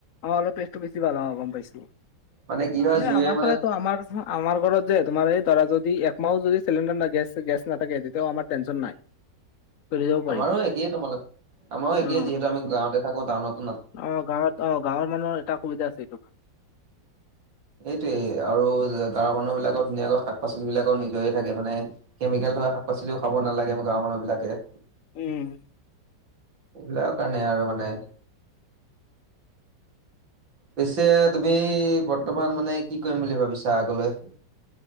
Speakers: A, on the left (about 50°); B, on the right (about 85°).
A: অলপ টেষ্টটো বেছি ভাল অ' গম পাইছো।
B: মানে কি হয়
A: এ,
B: জুইয়ে
A: আমাৰ
B: মানে
A: ফালেটো আমাৰ আমাৰ ঘৰত যে তোমাৰ এই দৰা যদি একমাহো যদি চিলিণ্ডাৰ ন গেছ নাথাকে তেতিয়াও আমাৰ টেনশ্যন নাই। কৰি যাব পাৰিব।
B: আমাৰো একেইে তোমালোক <inaudible> আমাৰো একেইে
A: অ'।
B: যিহেতু আমি গাঁৱতে থাকো টাউনত।
A: অ গাঁৱত অ গাঁৱৰ মানুহৰ এটা সুবিধা আছে এইটো।
B: এইটোৱেই আৰু গাঁৱৰ মানুহ বিলাকৰ ধুনীয়াকৈ শাক পাচলি বিলাকৰ নিজৰে থাকে মানে কেমিকেল থকা শাক পাচলিও খাব নালাগে আমাৰ গাঁৱৰ মানুহ বিলাকে।
A: উম,
B: এইবিলাকৰ কাৰণে আৰু মানে। পিছে তুমি বৰ্তমান মানে কি কৰিম বুলি ভাবিছা আগলৈ?